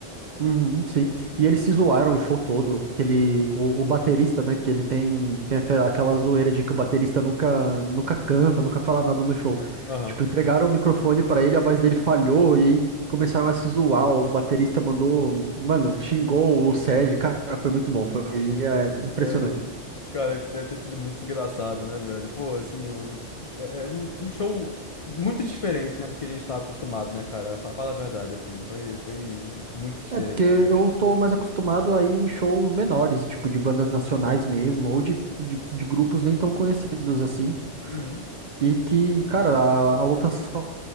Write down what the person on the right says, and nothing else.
Uhum, sim. E eles se zoaram o show todo. Que ele, o, o baterista, né? Que ele tem, tem aquela, aquela zoeira de que o baterista nunca, nunca canta, nunca fala nada no show.
Tipo, entregaram o microfone pra ele, a voz dele falhou e aí começaram a se zoar. O baterista mandou, mano, xingou o Sérgio. Cara, foi muito bom. Foi um dia
impressionante.
É porque eu
tô mais acostumado a ir em shows menores, tipo, de bandas nacionais mesmo, ou de, de, de grupos nem tão conhecidos assim.
E que, cara, a, a lotação